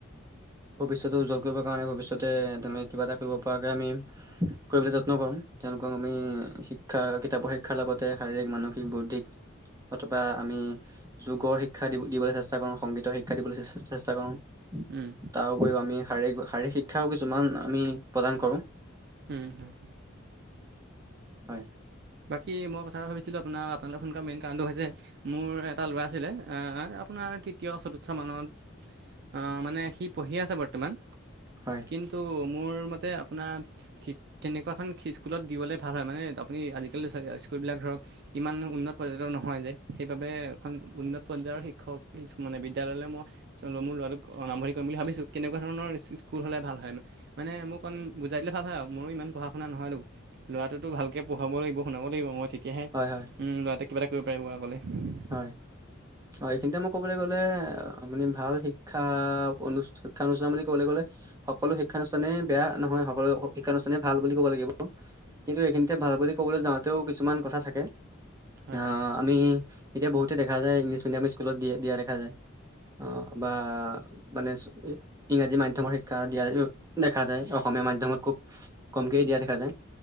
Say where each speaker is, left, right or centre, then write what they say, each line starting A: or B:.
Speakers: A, on the right (about 15°); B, on the right (about 55°).
A: ভৱিষ্যত উজ্জ্বল কৰিব কাৰণে ভৱিষ্যতে তেনেকে কিবা এটা কৰিব পৰাকৈ আমি কৰিবলৈ যত্ন কৰো তেওঁলোকক আমি শিক্ষা কিতাপৰ শিক্ষাৰ লগতে শাৰীৰিক মানুহ বৌদ্ধিক, অথবা আমি যুগৰ শিক্ষা দি-দিবলৈ চেষ্টা কৰোঁ, সংগীতৰ শিক্ষা দিবলৈ চেষ্টা কৰোঁ।
B: উম।
A: তাৰো পৰিও আমি শাৰীৰিক, শাৰীৰিক শিক্ষাও কিছুমান আমি প্ৰদান কৰোঁ।
B: উম হয়
A: হয়
B: বাকী মই কথা ভাবিছিলোঁ আপোনাৰ আপোনাক ফোন কৰা মেইন কাৰণটো হৈছে মোৰ এটা ল'ৰা আছিলে, এ আপোনাৰ তৃতীয় চতুৰ্থ মানত অ', মানে সি পঢ়ি আছে বৰ্তমান।
A: হয়।
B: কিন্তু মোৰ মতে আপোনাৰ, শি তেনেকুৱাখন স্কুলত দিবলৈ ভাল হয় মানে আপুনি আজি একেল চাগে স্কুল বিলাক ধৰক ইমান উন্নত পৰ্যায়ৰ নহয় যে, সেইবাবে এখন উন্নত পৰ্যায়ৰ শিক্ষক মানে বিদ্যালয়লৈ মই মোৰ ল'ৰাটোক নামভৰ্তি কৰিম বুলি ভাবিছো কেনেকুৱা ধৰণৰ স্কুল হ'লে ভাল হয়। মানে মোক অকণ বুজাই দিলে ভাল হয় আৰু, মোৰো ইমান পঢ়া শুনা নহ'লো, ল'ৰাটোতো ভালকৈ পঢ়াব লাগিব। শুনাব লাগিব মই তেতিয়াহে,
A: হয় হয়
B: হ'ম ল'ৰটোৱে কিবা এটা কৰিব পাৰিব আগলৈ।
A: হয়। অ', এইখিনিতে মই ক'বলৈ গ'লে, আপুনি ভাল শিক্ষা অনু-অনুষ্ঠান বুলি ক'বলৈ গ'লে সকলো শিক্ষানুষ্ঠানে বেয়া নহয় সকলো শিক্ষানুষ্ঠানে ভাল বুলি কব লাগিব। কিন্তু এইখিনিতে ভাল বুলি ক'বলৈ যাওঁতেও কিছুমান কথা থাকে,
B: হয়
A: আহ আমি এতিয়া বহুতে দেখা যায় ইংলিছ মিডিয়াম স্কুলত দিয়-দিয়া দেখা যায়, অ', বা মানে ইংৰাজী মাধ্যমৰ শিক্ষা দিয়াটো দেখা যায় অসমীয়া মাধ্যমতে খুব কমকে দিয়া দেখা যায়,